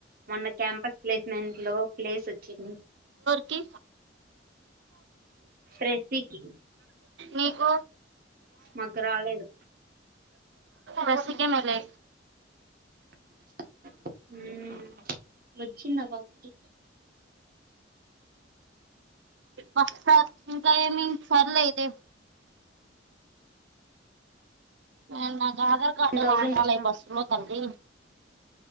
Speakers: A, on the right; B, on the right.
A: మొన్న క్యాంపస్ ప్లేస్మెంట్ లో ప్లేస్ వచ్చింది.
B: కి.
A: ఫ్రెషీకి
B: నీకు
A: మాకు రాలేదు
B: బస్ కే మరి
A: ఉమ్ వచ్చింద ఆ పాప కి
B: పస్సా ఇంకా ఏమి సర్లే ఈగేం. <unintelligible> ఆధార్ కార్డు
A: టెన్ థౌసండ్
B: కనపడలేదు
A: ఇచ్చాం
B: బస్సు లో తల్లి.